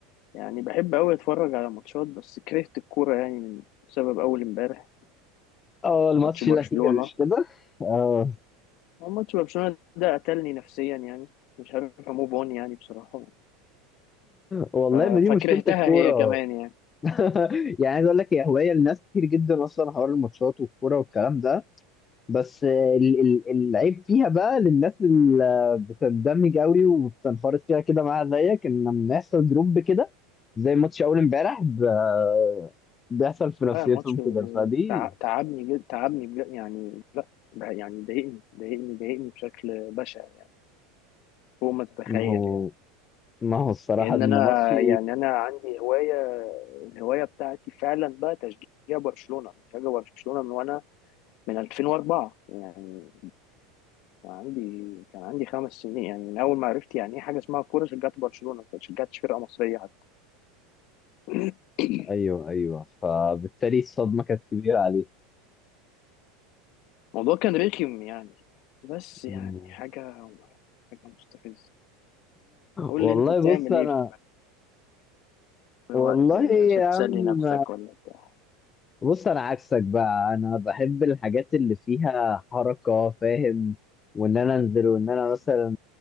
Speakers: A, on the left (about 55°); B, on the left (about 25°).
A: يعني بحب أوي أتفرج على ماتشات بس كرهت الكورة يعني من بسبب أول امبارح
B: اه الماتش
A: ماتش برشلونة
B: الاخير مش كده؟ اه
A: هو ماتش برشلونة ده قتلني نفسيا يعني مش عارف أموف أون يعني بصراحة
B: والله
A: ف-
B: ما دي
A: فكرهتها
B: مشكله الكوره
A: هي كمان يعني
B: <laughs> يعني عايز اقول لك هي هوايه لناس كتير جدا اصلا حوار الماتشات والكوره والكلام ده بس ال- ال- العيب فيها بقى للناس اللي بتندمج قوي وبتنخرط فيها كده معاها زيك ان لما يحصل دروب كده زي ماتش اول امبارح ب- بيحصل في نفسيتهم
A: آه الماتش
B: كده فدي
A: تع- تعبني جد تعبني بجد يعني لا ده يعني ضايقني ضايقني ضايقني بشكل بشع يعني فوق ما تتخيل
B: ما هو
A: يعني
B: ما هو الصراحة
A: لأن
B: ان
A: أنا
B: ماتشي
A: يعني أنا عندي هواية الهواية بتاعتي فعلا بقى تشجيع برشلونة أنا بشجع برشلونة من وأنا من 2004 يعني كان عندي كان عندي خمس سنين يعني من اول ما عرفت يعني ايه حاجه اسمها كوره شجعت برشلونه ما شجعتش فرقه مصريه حتى <clears throat>
B: ايوه ايوه فبالتالي الصدمة
A: <coughs>
B: كانت كبيرة عليه
A: الموضوع كان رخم يعني بس يعني
B: <laughs>
A: حاجه حاجه مستفزه قول
B: والله
A: لي انت بتعمل
B: بص انا
A: ايه في في
B: والله
A: وقت
B: يا
A: عشان تسلي
B: عم
A: نفسك ولا بتاع
B: بص انا عكسك بقى انا بحب الحاجات اللي فيها حركه فاهم وان انا انزل وان انا مثلا